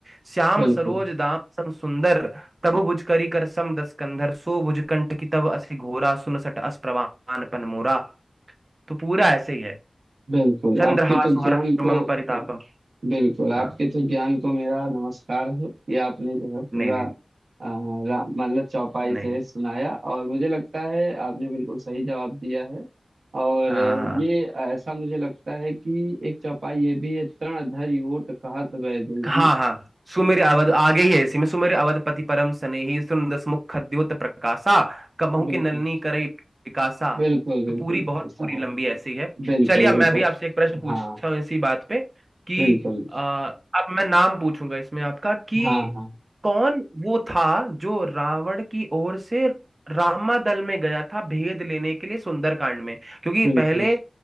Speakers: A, on the right; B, on the right.
A: श्याम
B: बिल्कुल
A: सरोज दाम सम सुंदर तबु भुज करी कर सम दस कंधर सो भुज कंठ की तव असि घोरा सुन सट अस प्रवान पन मोरा तो पूरा ऐसे ही है
B: बिल्कुल
A: चंद्रहास
B: आपके तो ज्ञान
A: हर
B: को
A: मम परितापम
B: हाँ, बिल्कुल आपके
A: हाँ
B: तो ज्ञान को मेरा नमस्कार है कि आपने जो है पूरा
A: नहीं नहीं
B: अ, रा- मतलब चौपाई
A: नहीं
B: सहित सुनाया और मुझे लगता है आपने बिल्कुल सही जवाब दिया है और
A: हाँ
B: ये
A: हाँ, हाँ।
B: ऐसा मुझे लगता है कि एक चौपाई ये भी है तृण धरि ओट कहत वैदेही
A: हाँ हाँ सुमेर अवध आगे ही है इसी में सुमेर अवधपति परम स्नेही सुंदस मुख खद्योत प्रकाशा कबहू
B: बिल्कुल
A: की नलनी करई पिकासा
B: बिल्कुल बिल्कुल
A: तो पूरी बहुत
B: भाई साहब
A: पूरी लंबी ऐसी है
B: बिल्कुल
A: चलिए अब
B: ये
A: मैं भी
B: तो
A: आपसे एक प्रश्न पूछता
B: हाँ
A: हूँ इसी बात पे कि
B: बिल्कुल
A: आ, अब मैं नाम पूछूंगा इसमें आपका कि
B: हाँ हाँ
A: कौन वो था जो रावण की ओर से रामादल में गया था भेद लेने के लिए सुंदरकांड में क्योंकि
B: बिल्कुल
A: पहले